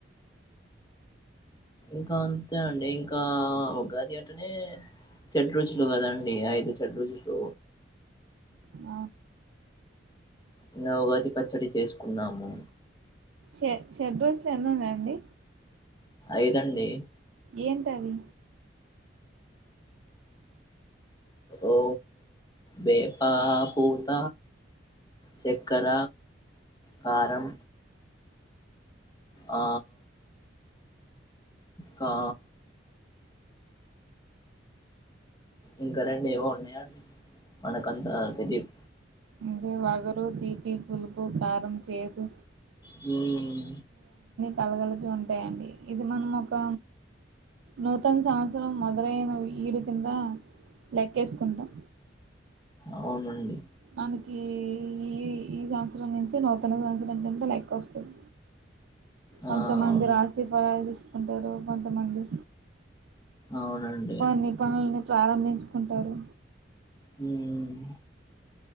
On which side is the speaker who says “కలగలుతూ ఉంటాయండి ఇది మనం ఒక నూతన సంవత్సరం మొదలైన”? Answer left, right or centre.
Right